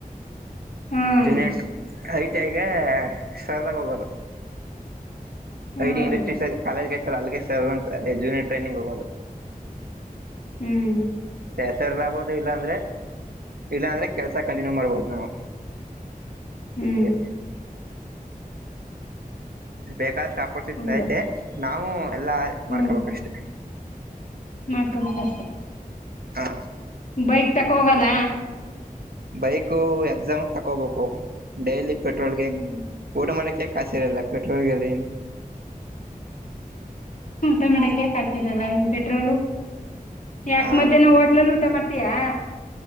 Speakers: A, on the left (about 60°); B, on the right (about 90°).
A: ಹ್ಮ್
B: ಜೂನಿಯಂಟ್ ಐಟಐಗೆ ಸರದಾಗ ಹೋಗೋದು
A: ಹ್ಮ್
B: ಐ ಟಿ ಇಂಡಸ್ಟ್ರೀ ಸ ಕಾಲೇಜ್ಗೆತಾರೆ ಅಲ್ಲಿಗೆ ಸರ್ ಅಂತ ಜೂನಿಯರ್ ಟ್ರೈನಿಂಗ್ ಹೋಗೋದು
A: ಹ್ಮ್
B: ಹೆಸರ್ ಆಗ್ಬೋದು ಇಲ್ಲಾ ಅಂದ್ರೆ ಇಲ್ಲಾ ಅಂದ್ರೆ ಕೆಲ್ಸ ಕಂಟಿನ್ಯೂ ಮಾಡ್ಬಹುದು ನಾವು
A: ಹ್ಮ್
B: ಹಂಗೆ ಬೇಕಾದಷ್ಟು ಅಪೋರ್ಚುನಿಟಿ
A: ಹಂಗ
B: ಐತೆ ನಾವವು ಎಲ್ಲಾ
A: ಹ್ಮ್
B: ಮಾಡ್ಕೋಬೇಕಷ್ಟೆ
A: ಮಾಡ್ಕೊಬೇಕಷ್ಟೆ
B: ಹಾ
A: ಬೈಕ್ ತಕ ಹೋಗಲ್ಲ
B: ಬೈಕ್ ಎಕ್ಸಾಮ್ ತಗೋಬೇಕು ಡೈಲಿ ಪೆಟ್ರೋಲ್ಗೆ
A: ಹ್ಮ್
B: ಊಟ ಮಾಡಕ ಕಾಸಿರಲ್ಲ ಪೆಟ್ರೋಲ್ ಗಲ್ಲ
A: ಹ ಟೊಮೆಟ ಕಾಕ್ ಹಕಿರಲ್ಲ ಇನ್ ಪೆಟ್ರೋಲು ಯಾಕ
B: ಹ
A: ಮಧ್ಯಾಹನ ಹೋಟ್ಲಲ್ಲೂ ಟೊಮಟ ಅತಯಾ